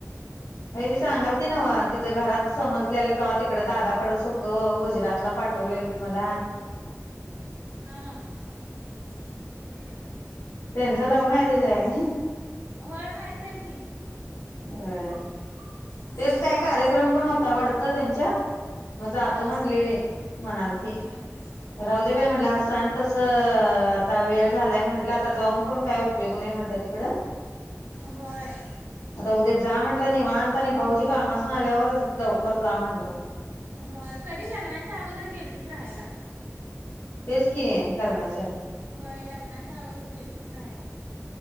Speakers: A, on the left (about 70°); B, on the right (about 45°).
A: अय ती सांगाल ती नाव आज. तिचं घरात समजलेलं तव्हा तिकड दादाकड सोप तो गुजरातला पाठवलेलीत मला.
B: ह होय
A: त्यांचं लव्ह मॅरेज आहे.
B: होय माहित की.
A: हम्म.
B: माहीत
A: तेच काय
B: आहे
A: कार्यक्रम पण होता वाडत त्यांच्यात खातो
B: हां
A: म्हणलेली म्हणल ती
B: हां हां
A: राहूदे बाई म्हटलं अस आन तस अ आत्ता वेळ झालाय म्हटलं आत्ता जाऊन पण काय उपयोग नाय तिकड
B: होय
A: आत्ता उद्या जा म्हणलं तिकड. तेव्हा आणतांनी भाऊजी कामासन आल्यावर लवकर जा म्हटल.
B: होय कधी लग्नाच्या अगोदर गेलतेत राहायला.
A: तेेच की लग्नाच्या आधी.
B: काय लग्नाच्या अगोदर गेलते काय?